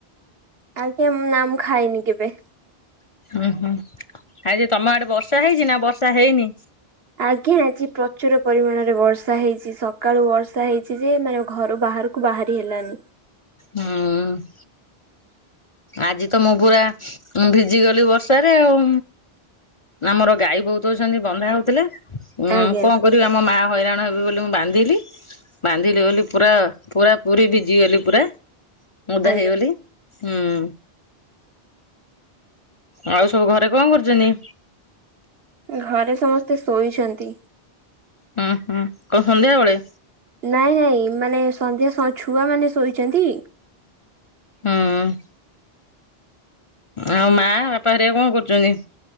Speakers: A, on the right; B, on the left.
A: ଆଜ୍ଞା ନା ମୁଁ ଖାଇନି କେବେ।
B: ଉଁ ହୁଁ ଆଜି ତମ ଆଡେ ବର୍ଷା ହେଇଛି ନା ବର୍ଷା ହେଇନି?
A: ଆଜ୍ଞା ଆଜି ପ୍ରଚୁର ପରିମାଣରେ ବର୍ଷା ହେଇଛି ସକାଳୁ ବର୍ଷା ହେଇଛି ଯେ ମାନେ ଘରୁ ବାହାର କୁ ବାହାରି ହେଲାନି।
B: ହୁଁ। ଆଜି ତ ମୁଁ ପୁରା ଭିଜି ଗଲି ବର୍ଷାରେ ଆଉ। ଆମର ଗାଈ ବୋହୁତ ଅଛନ୍ତି ବନ୍ଧା ହୋଉଥିଲେ ଉ
A: ଆଜ୍ଞା
B: କଣ କରିବି ଆମ ମା ହଇରାଣ ହେବେ ବୋଲି ମୁଁ ବାନ୍ଧିଲି। ବାନ୍ଧିଲି ବୋଲି ପୁରା ପୁରା ପୁରୀ ଭିଜିଗଲି ପୁରା ମୁ ଓଦା
A: ଆଜ୍ଞା
B: ହେଇଗଲି। ହୁଁ ଆଉ ସବୁ ଘରେ କଣ କରୁଚନ୍ତି?
A: ଘରେ ସମସ୍ତେ ଶୋଇଛନ୍ତି।
B: ହୁଁ ହୁଁ କଣ ସନ୍ଧ୍ୟାବେଳେ?
A: ନାଇଁ ନାଇଁ ମାନେ ସନ୍ଧ୍ୟା ସ ଛୁଆ ମାନେ ଶୋଇଛନ୍ତି।
B: ହଁ। ଆଉ ମା ବାପା ହରିକା କଣ କରୁଚନ୍ତି?